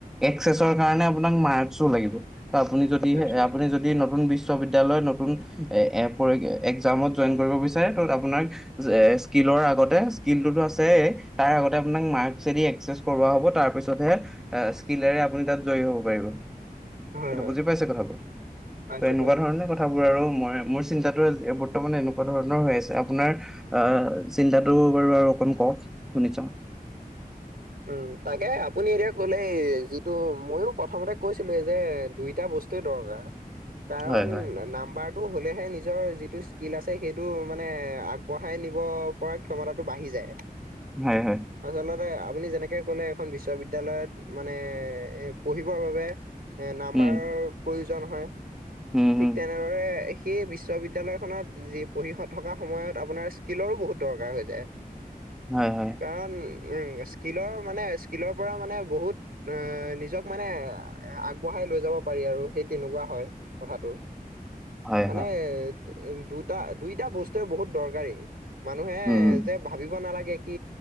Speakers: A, in the centre; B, on the right.
A: এক্সেছৰ কাৰণে আপোনাক মাৰ্কছো লাগিব। ত' আপুনি যদি
B: পাইছো লাগিব,
A: আপুনি যদি নতুন বিছ বিশ্ববিদ্য়ালয় নতুন এ একজামত জইন কৰিব বিচাৰে ত' আপোনাক স্কিলৰ আগতে স্কিল টোতো আছেই তাৰ আগতে আপোনাক মাৰ্কদি এক্সেছ কৰোৱা হ'ব তাৰ পিছতহে স্কিলৰে আপুনি তাত জয় হ'ব। বাঢ়িব
B: হয়,
A: ত
B: হয়,
A: বুজি পাইছে কথাবোৰ
B: পাইছো,
A: ত এনেকুৱা
B: পাইছো,
A: ধৰণে কথা মই মোৰ চিন্তটো বৰ্তমান এনেকুৱা ধৰণৰ হৈ আছে আপোনাৰ আহ চিন্তাটো বাৰু আৰু অকণ ক শুনিছা
B: উম তাকে আপুনি এতিয়া বলে যিটো মইয়ো প্ৰথমতে কৈছিলো এই যে দুইটা বস্তুৱে দৰকাৰ কাৰণ
A: হয় হয়
B: নাম্বাৰটো হ'লেহে নিজৰ যিটো <unintelligible> ল আছে সেইটো মানে আগবঢ়াই নিব পৰা ক্ষমতাটো বাঢ়ি যায়
A: হয় হয়
B: আচলতে আপুনি যেনেকে কলে, এখন বিশ্ববিদ্যয়ালয়ত মানে, এ পঢ়িবৰ বাবে- এ নাম্বাৰৰ
A: উম
B: প্ৰয়োজন- <unintelligible>
A: উম
B: ঠিক
A: উম
B: তেনেদৰে- সেই বিশ্ববিদ্য়ালয়খনত যি পঢ়ি থকা সময়ত, আপোনাৰ স্কিলৰো বহুত দৰকাৰ হৈ যায়।
A: হয় হয়
B: কাৰণ- উ' স্কিলৰ মানে, স্কিলৰ পৰা মানে বহুত নিজক, মানে আগবঢ়াই লৈ যাব পাৰি আৰু সেই তেনেকুৱা হয় কথাটো।
A: হয়
B: মানে-
A: হয়
B: উ' দুটা-দুইটা বস্তুৱে বহুত দৰকাৰী। মানুহে
A: উম
B: যে ভাবিব নালাগে- কি